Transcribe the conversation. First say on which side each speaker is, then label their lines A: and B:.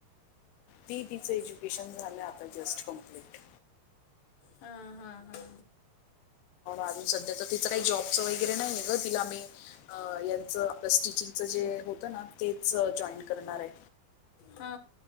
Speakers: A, on the left; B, on the left.
A: ती तिच एज्युकेशन झाल आता जस्ट कंप्लीट.
B: हा हा हा
A: अजून सध्या तर तिच काही जॉबच वगैरे नाहीय ग. तिला आम्ही अ यांच स्टिचिंगच जे होत ना तेच जॉईन करणार आहे.
B: हा